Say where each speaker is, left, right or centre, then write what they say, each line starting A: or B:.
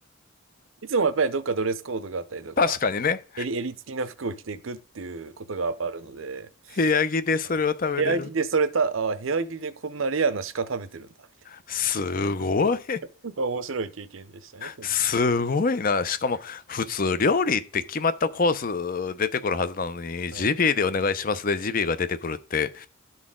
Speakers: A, on the right; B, on the left.
A: いつもやっぱりどっかドレスコードがあったりとか、
B: 確かにね。
A: 襟、襟付きの服を着ていくっていうことがやっぱあるので、
B: 部屋着でそれを食べれる。
A: あ部屋着でそれた、あ、部屋着でこんなレアな鹿食べてるんだ、みたいな。
B: すごい。
A: 面白い経験でしたね。
B: すごいな。しかも、普通料理って決まったコース出てくるはずなのに、
A: はい
B: ジビエでお願いしますでジビエが出てくるって、